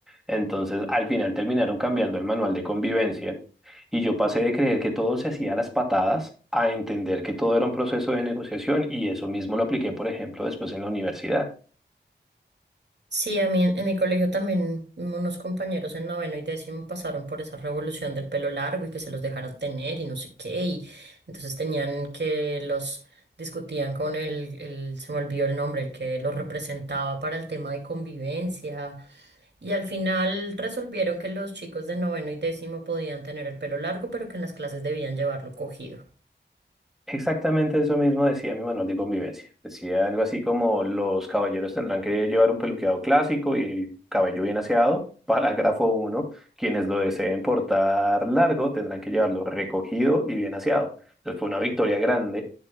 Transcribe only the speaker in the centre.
Entonces, al final terminaron cambiando el manual de convivencia y yo pasé de creer que todo se hacía a las patadas a entender que todo era un proceso de negociación y eso mismo lo apliqué, por ejemplo, después en la universidad.
Exactamente eso mismo decía mi manual de convivencia. Decía algo así como los caballeros tendrán que llevar un peluqueado clásico y el cabello bien aseado. <laughs> Parágrafo uno: Quienes lo deseen portar largo tendrán que llevarlo recogido y bien aseado. Entonces fue una victoria grande.